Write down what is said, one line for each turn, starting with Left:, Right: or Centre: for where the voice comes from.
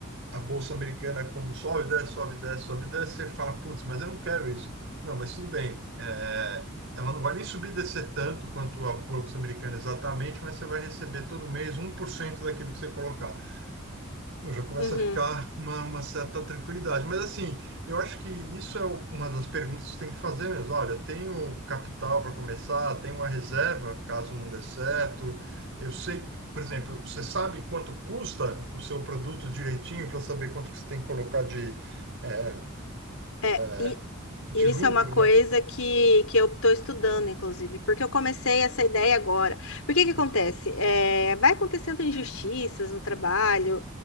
Right: a Bolsa Americana, é como sobe, desce, sobe, desce, sobe, desce, você fala, putz, mas eu não quero isso. Não, mas tudo bem. É, ela não vai nem subir e descer tanto quanto a Bolsa Americana exatamente, mas você vai receber todo mês um por cento daquilo que você colocar. Eu já começa
Left: Uhum.
Right: a ficar uma, uma certa tranquilidade. Mas assim, eu acho que isso é o- uma das perguntas que você tem que fazer mesmo. Olha, eu tenho capital para começar, tenho uma reserva caso não dê certo. Eu sei, por exemplo, você sabe quanto custa o seu produto direitinho para saber quanto que você tem que colocar de, é,
Left: É,
Right: é,
Left: e
Right: de
Left: e
Right: lucro,
Left: isso é uma coisa
Right: né?
Left: que, que eu estou estudando, inclusive, porque eu comecei essa ideia agora. Porque que acontece?
Right: Uhum.
Left: É, vai acontecendo injustiças no trabalho.